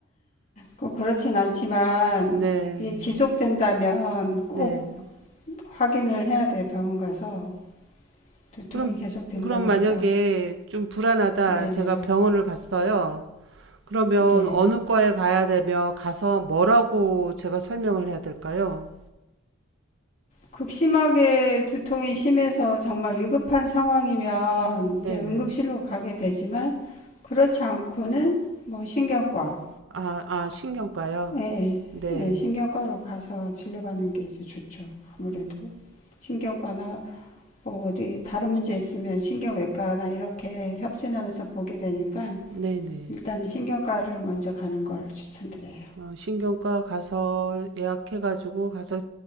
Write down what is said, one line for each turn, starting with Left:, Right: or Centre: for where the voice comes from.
Left: 꼭 그렇진 않지만
Right: 네,
Left: 이게 지속된다면 꼭
Right: 네.
Left: 확인을 해야 돼 병원 가서 두통이
Right: 그럼,
Left: 계속된다고
Right: 그럼 만약에
Left: 해서
Right: 좀 불안하다,
Left: 네네
Right: 제가 병원을 갔어요. 그러면
Left: 네.
Right: 어느 과에 가야 되며, 가서 뭐라고 제가 설명을 해야 될까요?
Left: 극심하게 두통이 심해서 정말 위급한 상황이면
Right: 네네.
Left: 이제 응급실로 가게 되지만 그렇지 않고는 뭐 신경과,
Right: 아, 아, 신경과요?
Left: 예, 예,
Right: 네.
Left: 예, 신경과로 가서 진료받는 게 이제 좋죠. 아무래도
Right: 음,
Left: 신경과나 뭐 어디 다른 문제 있으면 신경외과나 이렇게 협진하면서 보게 되니까
Right: 네네.
Left: 일단은 신경과를 먼저 가는 거를 추천드려요.
Right: 어, 신경과 가서 예약해가지고 가서